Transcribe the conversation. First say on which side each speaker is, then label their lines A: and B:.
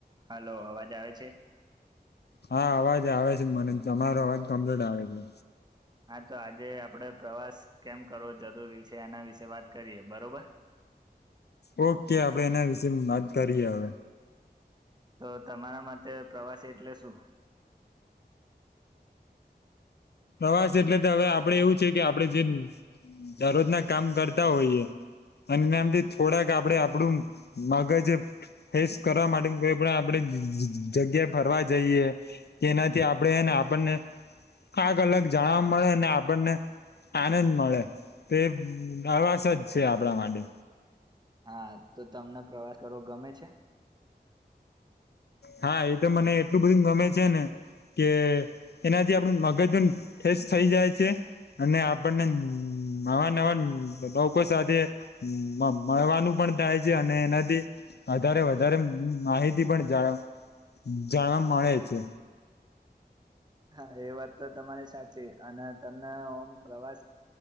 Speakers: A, on the right (about 25°); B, on the left (about 75°).
A: હાલો અવાજ આવે છે.
B: હા અવાજ આવે છે મને તમારો અવાજ કમ્પ્લીટ આવે છે.
A: હા તો આજે આપણે પ્રવાસ કેમ કરવો જરૂરી છે એના વિશે વાત કરીએ બરોબર. <unintelligible>
B: ઓ કે આપણે એના વિશેે વાત કરીએ હવે.
A: તો તમારા માટે પ્રવાસ એટલે શું. હ.
B: પ્રવાસ એટલે હવેઆપણે એવું છે કે આપણે જે દરરોજ ના કામ કરતા હોઈએ. અને એમના માંથી થોડાક આપણે આપણુ મગજ ફેસ કરવા માટે કોઈ પણ આપણે જગ્યા ફરવા જઈએ કે તેનાથી આપણેને
A: <inaudible>
B: આ અલગ જાણવા મળે ને આપણને આનંદ મળે તે પ્રવાસ જ છે આપણા માટે.
A: હા તો તમને પ્રવાસ કરવો ગમે છે.
B: હા એ તો મને એટલું બધું ગમે છે ને કે એનાથી આપડું મગજ એમ ફ્રેશ થઈ જાય છે. અને આપણને નવા નવા લોકો સાથે મ-મળવાનું પણ થાય છે અને એનાથી વધારે વધારે માહિતી પણ જાણ જાણવા મળે છે.
A: હા એ વાત તો તમારી સાચી અને તમને ઓમ પ્રવાસ